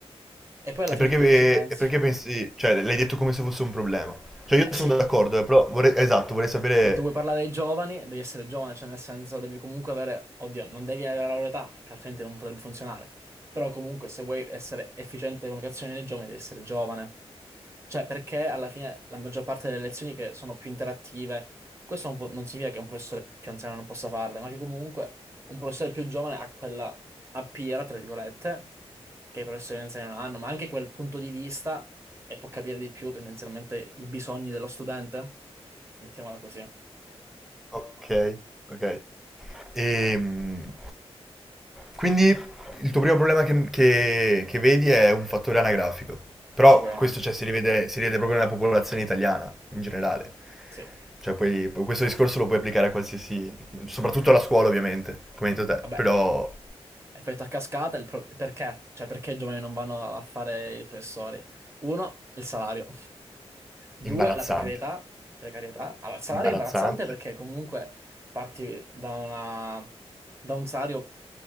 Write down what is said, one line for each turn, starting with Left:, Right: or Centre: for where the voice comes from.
Right: E poi alla
Centre: E perché,
Right: fine tu ci pensi.
Centre: e perché pensi, cioè l'hai detto come se fosse un problema. Cioè io
Right: Eh
Centre: sono
Right: sì,
Centre: d'accordo, eh, però vorrei, esatto, vorrei sapere...
Right: Se tu vuoi parlare ai giovani, devi essere giovane, cioè nel senso devi comunque avere, oddio, non devi avere la loro età, perché altrimenti non potrebbe funzionare. Però comunque se vuoi essere efficiente con le azioni dei giovani, devi essere giovane. Cioè perché alla fine la maggior parte delle lezioni che sono più interattive, questo non, pu- non significa che un professore più anziano non possa farle, ma che comunque un professore più giovane ha quella a piera, tra virgolette, che i professori anziani non hanno, ma anche quel punto di vista e può capire di più tendenzialmente i bisogni dello studente. Mettiamola così,
Centre: Ok, ok. Ehm, quindi il tuo primo problema che, che- che vedi è un fattore anagrafico, però
Right: sicuramente.
Centre: questo cioè, si rivede, si rivede proprio nella popolazione italiana in generale.
Right: Sì.
Centre: Cioè, puoi- pu- questo discorso lo puoi applicare a qualsiasi, soprattutto alla scuola ovviamente, come hai detto te,
Right: Vabbè,
Centre: però
Right: effetto a cascata, il pro- perché? Cioè, perché i giovani non vanno a fare i professori? Uno, il salario. Due,
Centre: imbarazzante,
Right: la precarietà. Precarietà. Allora, il salario
Centre: imbarazzante.
Right: è imbarazzante perché comunque parti da una... da un salario